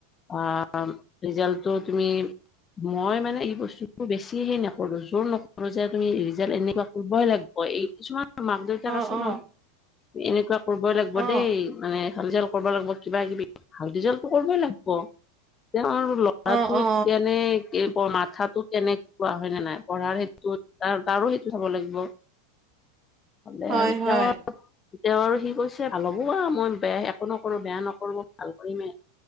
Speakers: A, on the left; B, on the right.
A: আহ ৰিজাল্টটো তুমি, মই মানে এই বস্তুবোৰ বেছি সেইহে নকৰো, জোৰ নকৰোঁ, যে তুমি ৰিজাল্ট এনেকুৱা কৰিবই লাগিব, এই কিছুমান মাক দেউতাক
B: অ
A: আছে
B: অ
A: নহ, এনেকুৱা কৰিবই লাগিব
B: অ
A: দেই মানে ভাল ৰিজাল্ট কৰিব লাগিব, কিবা কিবি ভাল ৰিজাল্টটো কৰিবই লাগিব, তেওঁ আৰু
B: অ
A: হাত ভৰি
B: অ
A: কেনে, মাথাটো কেনেকে কোৱা হয় নে নাই, পঢ়াৰ সেইটো তহ তাৰো সেইটো চাব লাগিব। তাকে
B: হয়
A: আৰু
B: হয়
A: তেওঁৰ তেওঁৰ সি কৈছে, ভাল হ'ব আৰু মই বেয়া একো নকৰোঁ, বেয়া নকৰোঁ ভাল কৰিমে